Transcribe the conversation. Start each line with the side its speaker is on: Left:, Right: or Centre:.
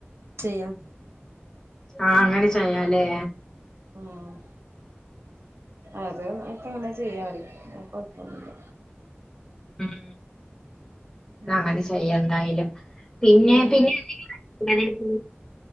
Right: ചെയ്യാം.
Left: ആഹ് അങ്ങനെ ചെയ്യാലേ
Right: ഉം അത് നമ്ക്ക അങ്ങനെ ചെയ്യാറി അത് കൊഴപ്പൊന്നില്ല
Left: ഉം
Right: ഉം
Left: അങ്ങനെ ചെയ്യാ എന്തായാലും പിന്നെ
Right: ഉം
Left: പിന്നെ <unintelligible>